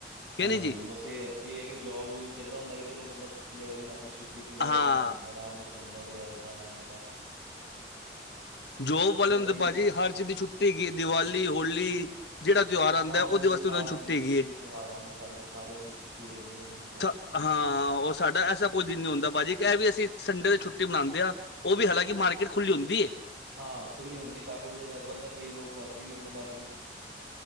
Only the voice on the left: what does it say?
ਕਿ
ਨਹੀਂ ਜੀ
ਹਾਂ।
ਜੋਬ ਵਾਲਿਆਂ
ਤੇ ਭਾਜੀ ਹਰ ਚੀਜ਼ ਦੀ ਛੁੱਟੀ ਹੈਗੀ। ਦੀਵਾਲੀ, ਹੋਲੀ ਜਿਹੜਾ ਤਿਉਹਾਰ ਆਂਦਾ
ਉਹਦੇ
ਵਾਸਤੇ
ਉਹਨਾਂ ਨੂੰ ਛੁੱਟੀ
ਹੈਗੀ
ਏ।
ਹਾਂ। ਉਹ ਸਾਡਾ ਐਸਾ ਕੋਈ ਦਿਨ ਨੀ ਹੁੰਦਾ ਭਾਜੀ ਇਹ ਵੀ ਅਸੀਂ ਸੰਡੇ ਦੀ ਛੁੱਟੀ ਬਣਾਉਂਦੇ ਆਂ। ਉਹ ਵੀ ਹਾਲਾਂ ਕਿ ਮਾਰਕੀਟ ਖੁੱਲੀ ਹੁੰਦੀ ਹੈ।